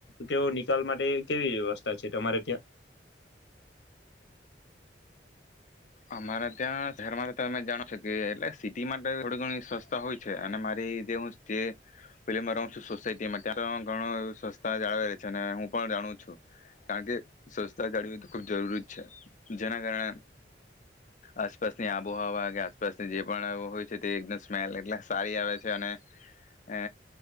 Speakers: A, on the left; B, on the left.
A: કેવો નિકાલ માટે કેવી વ્યવસ્થા છે તમારે ત્યાં?
B: અમારા ત્યાં શહેરમાં તો તમે જાણો છો કે એટલે સિટી માટે થોડી ઘણી સવસ્તા હોય છે, અને મારી જે હું પ ર છું સોસાયટીમાં ત્યાં ઘણું એ સસ્તા જાળવે છે અને હું પણ જાણું છું કારણ કે સ્વસ્તા જાળવી તો ખુબ જરૂરી જ છે જેના કારણે. આસપાસની આબોહવા કે આસપાસની જે પણ હોય છે તે એકદમ સ્મેલ એટલે સારી આવે છે અને અ